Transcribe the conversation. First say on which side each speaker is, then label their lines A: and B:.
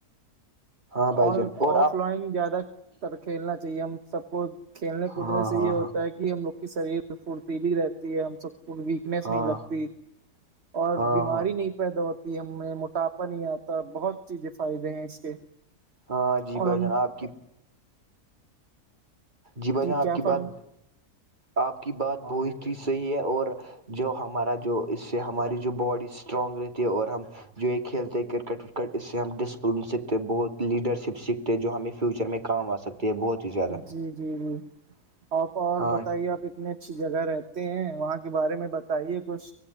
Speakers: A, on the right (about 30°); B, on the right (about 45°).
A: ہاں بھائی
B: آ
A: جان اور
B: آف
A: آپ
B: لائن زیادہ تر کھیلنا چاہیے ہم سب کو کھیلنے کودنے
A: ہاں
B: سے
A: ہاں
B: یہ ہوتا
A: ہاں
B: ہے کہ ہم لوگ کی شریر فرتیلی رہتی ہے ہم سب کو ویکنیس
A: ہاں
B: نہیں لگتی اور
A: ہاں
B: بیماری
A: ہاں
B: نہیں۔ پیدا ہوتی ہے ہمیں موٹاپا نہیں آتا بہت چیزیں فائدے ہیں اس کے
A: ہاں جی
B: اورم
A: بھائی جان آپ کی جی ب جان آپ
B: کیا
A: کی بات
B: فرم
A: آپ کی بات بہت ہی صحیح ہے اور جو ہمارا جو اس سے ہماری جو باڈی اسٹرانگ رہتی ہے اور ہم جو یہ کھیلتے کرکٹکٹ اس سے ہم ڈسپلن سیکتے ہیں بہت لیڈر شپ سیکھتے جو ہمیں فیوچر میں کام آ سکتے ہیں بہت ہی زیادہ
B: جی جی جی آپ اور
A: ہاں
B: بتائیے آپ اتنے اچھی جگہ رہتے ہیں وہاں کے بارے میں بتائیے کچھ